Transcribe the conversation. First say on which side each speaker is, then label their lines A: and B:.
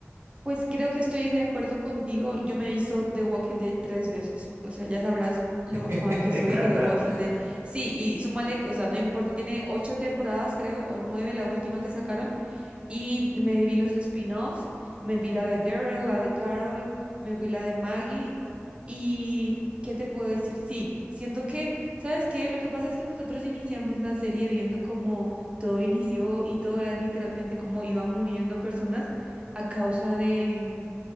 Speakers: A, on the right; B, on the right.
A: pues creo que estoy de acuerdo contigo. Yo me he visto The Walking Dead tres veces, o sea, ya sabrás lo fan
B: <laughs>
A: que
B: te
A: soy
B: encanta.
A: de Walking Dead. Sí, y súmale, o sea, no importa, tiene ocho temporadas, creo, o nueve la última que sacaron. Y me vi los spin-off, me vi la de Daryl, la de Carol, me vi la de Maggie. ¿Y qué te puedo decir? Sí, siento que, ¿sabes qué? Lo que pasa es que nosotros iniciamos la serie viendo cómo todo inició y todo era literalmente cómo iban muriendo personas a causa de, mm,